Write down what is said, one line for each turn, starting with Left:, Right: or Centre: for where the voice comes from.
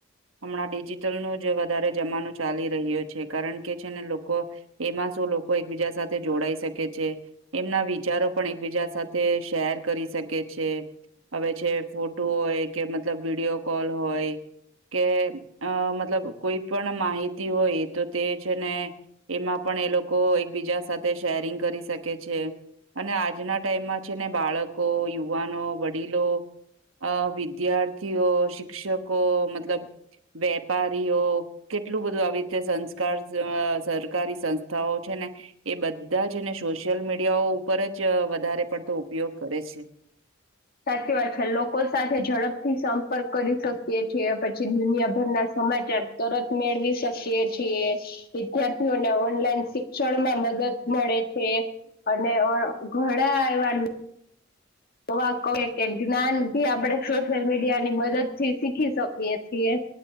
Right: હમણાં ડિજિટલ નું જ વધારે જમાનો ચાલી રહ્યો છે કારણ કે છેને લોકો એમાં શું લોકો એકબીજા સાથે જોડાય શકે છે એમના વિચારો પણ એકબીજા સાથે શેર કરી શકે છે હવે છે ફોટો હોય કે મતલબ વિડીયો કોલ હોય કે અ મતલબ કોઈ પણ માહિતી હોય તો તે છે ને એમાં પ પણ એ લોકો એકબીજા સાથે શેરિંગ કરી શકે છે અને આજના ટાઈમમાં છે ને બાળકો, યુવાનો, વડીલો અ વિદ્યાર્થીઓ, શિક્ષકો, મતલબ વેપારીઓ કેટલું બધું આવી રીતે સંસ્કાર સરકારી સંસ્થાઓ છે ને એ બધા જ ને સોશિયલ મીડિયાઓ ઉપર જ વધારે પડતો ઉપયોગ કરે છે.
Left: સાચી વાત છે લોકો સાથે ઝડપથી સંપર્ક કરી શકીએછે પછી દુનિયાભરના સમાચાર તરત મેળવી શકીએ છીએ વિદ્યાર્થીઓને ઓનલાઈન શિક્ષણમાં મ દદ મડે છે અને ઘણા એવા તોવા ક કે જ્ઞાની આપડે સોશિયલ મીડિયા ની મદદ થી શીખી શકીએ છીએ